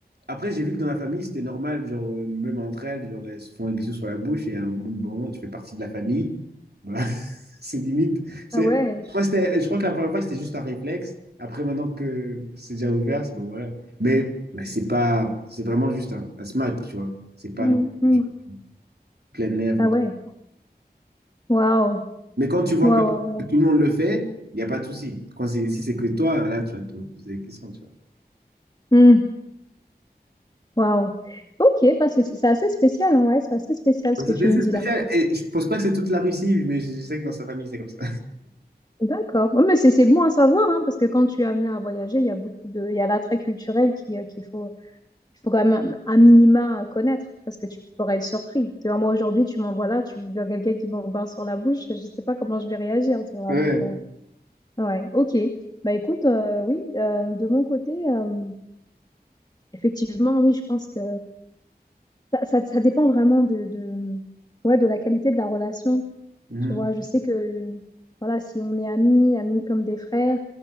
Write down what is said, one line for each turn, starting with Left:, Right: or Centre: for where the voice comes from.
Right: après j'ai vu que dans la famille, c'était normal, genre, euh, même entre elles, genre, elles se font des bisous sur la bouche et à un moment, bon moment, tu fais partie de la famille. Voilà, <laughs> c'est limite. C'est,
Left: Ah ouais.
Right: je crois que c'était- je crois que la première fois, c'était juste un réflexe. Après, maintenant que c'est déjà ouvert, c'est bon, voilà. Mais, mais c'est pas, c'est vraiment juste un, un smack, tu vois. C'est pas
Left: Mm,
Right: non plus
Left: mm.
Right: genre plein air
Left: Ah
Right: et
Left: ouais.
Right: tout.
Left: Waouh.
Right: Mais quand tu vois
Left: Waouh.
Right: que,
Left: Waouh. waouh.
Right: que tout le monde le fait, il n'y a pas de souci. Quand c'est, si c'est que toi, là, tu vas te poser des questions, tu vois.
Left: Mm, waouh. Ok, bah, c'est c'est assez spécial, hein, ouais, c'est assez spécial
Right: Donc,
Left: ce que
Right: C'était
Left: tu
Right: assez
Left: me dis
Right: spécial.
Left: là. donc.
Right: Et je pense pas que c'est toute la Russie, mais je sais que dans sa famille, c'est comme ça.
Left: D'accord. Ouais, mais c'est c'est bon à savoir, hein, parce que quand tu es amené à voyager, il y a beaucoup de, il y a l'attrait culturel qui, euh, qu'il faut, il faut quand même un minima connaître parce que tu pourrais être surpris. Tu vois, moi aujourd'hui, tu m'envoies là, tu vois quelqu'un qui m'a sur la bouche, je sais pas comment je vais réagir, tu vois.
Right: Ouais.
Left: Donc, euh, ouais, ok. Bah écoute, euh, oui, euh, de mon côté, euh, effectivement, oui, je pense que ça, ça, ça dépend vraiment de, de, ouais, de la qualité de la relation.
Right: Mhm.
Left: Tu vois, je sais que, voilà, si on est amis, amis comme des frères,